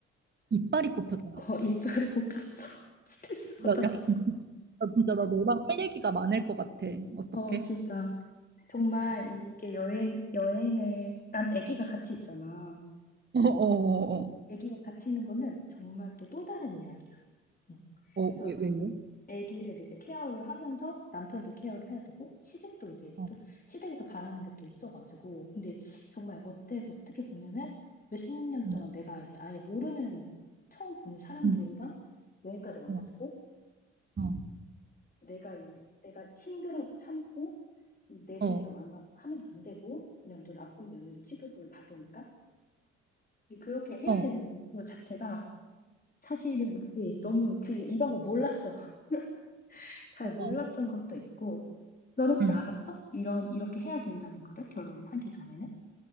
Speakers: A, on the right (about 30°); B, on the left (about 25°).
A: 이빨이 뽑혔다
B: <laughs> 어, 이빨이 뽑혔어. <laughs> 스트레스 받아가지고.
A: 야, 야, <laughs> 나 진짜 나 너랑 할 얘기가 많을 것 같아 어떡해
B: 어, 진짜. 정말 이게 여행, 여행을, 난 아기가 같이 있잖아.
A: 어어어어
B: 아기가 같이 있는 거는 정말 또 또 다른 이야기야. 응.
A: 어왜왜
B: 그래서
A: 왜? 왜, 왜?
B: 아기를 이제 케어를 하면서 남편도 케어를 해야 되고, 시댁도 이제
A: 어,
B: 또, 시댁에서 바라는 게 또 있어가지고. 근데 정말 어때, 어떻게 보면은 몇십 년
A: 음,
B: 동안 내가 이제 아예 모르는, 처음 보는 사람들이랑
A: 음,
B: 여기까지 와가지고,
A: 어, 어,
B: 내가 이- 내가 힘들어도 참고 이 내색도
A: 어,
B: 안 하, 하면 안 되고 그냥 또 나쁜 며느리 취급을 받으니까 이- 그렇게 해야
A: 어,
B: 되는 그 자체가 사실은 이게 너무 그 이 방법 몰랐어. <laughs> 잘
A: 어, 어,
B: 몰랐던 것도 있고 너는 혹시
A: 음.
B: 알았어? 이런 이렇게 해야 된다는 거를 결혼하기 전에는?